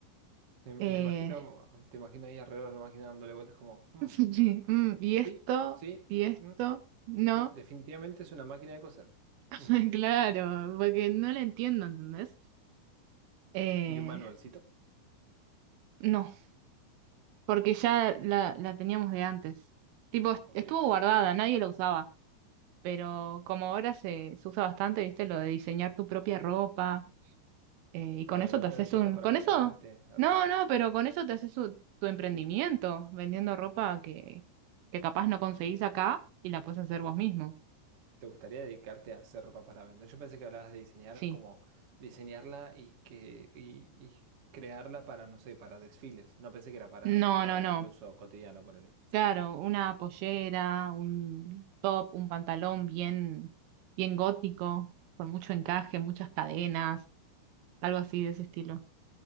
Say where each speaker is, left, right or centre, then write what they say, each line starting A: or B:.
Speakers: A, on the right; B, on the right.
A: Me, me
B: Eh,
A: imagino, te imagino ahí alrededor de la máquina dándole vueltas como, "Hmm,
B: <laughs> sí, mm, y esto,
A: Sí, sí,
B: y esto,
A: mm,
B: no,
A: sí, definitivamente es una máquina de coser.
B: <laughs>
A: Ujú.
B: claro, porque no la entiendo, ¿entendés? Eh,
A: ¿Y un manualcito?
B: no, porque ya la, la teníamos de antes. Tipo, est-
A: Ok.
B: estuvo guardada, nadie la usaba, pero como ahora se, se usa bastante, ¿viste? Lo de diseñar tu propia ropa Eh, y
A: Donde
B: con eso
A: no
B: te haces
A: tener plata
B: un...
A: para
B: ¿Con
A: comprarte.
B: eso?
A: arre.
B: No,
A: <laughs>
B: no, pero con eso te haces u- tu emprendimiento, vendiendo ropa que, que capaz no conseguís acá y la puedes hacer vos mismo.
A: ¿Te gustaría dedicarte a hacer ropa para vender? Yo pensé que hablabas de diseñar
B: Sí.
A: como diseñarla y que y, y crearla para, no sé, para desfiles. No pensé que era para,
B: No,
A: para
B: no, no.
A: el uso cotidiano, ponele.
B: Claro, una pollera, un top, un pantalón bien, bien gótico, con mucho encaje, muchas cadenas, algo así de ese estilo.